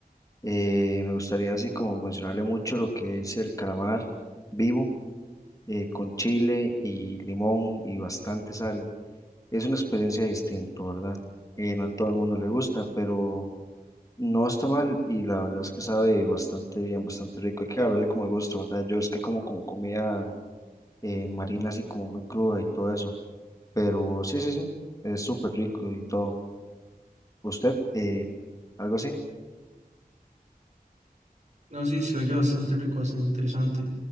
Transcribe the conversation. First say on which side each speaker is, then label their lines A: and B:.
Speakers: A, on the left; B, on the right.
A: eh, me gustaría así como mencionarle mucho lo que es el calamar vivo, eh, con chile y limón y bastante sal. es una experiencia distinta, ¿verdad? Eh, no a todo el mundo le gusta, pero no está mal y la verdad es que sabe bastante bien, bastante rico. Hay que agarrarle como el gusto, ¿verdad? Yo es que como, como comida eh, marina así como muy cruda y todo eso, pero sí, sí, sí, es súper rico y todo. ¿Usted, eh, algo así?
B: No, sí, se oye bastante rico, bastante interesante.